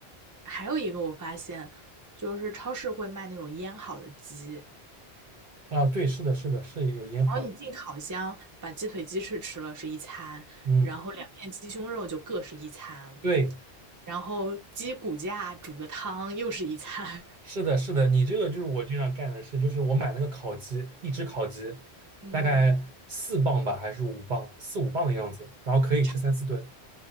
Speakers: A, on the right; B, on the right.
A: 还有一个我发现，就是超市会卖那种腌好的鸡，
B: 啊，对，是的，是的，是有腌好的
A: 然后你进烤箱把鸡腿、鸡翅吃了是一餐，
B: 嗯，
A: 然后两片鸡胸肉就各是一餐，
B: 对。
A: 然后鸡骨架煮个汤又是一餐。<laughs>
B: 是的，是的，你这个就是我经常干的事，就是我买那个烤鸡，一只烤鸡，
A: 嗯，
B: 大概四磅吧，还是五磅，四五磅的样子，然后可以吃三四顿。
A: 很柴。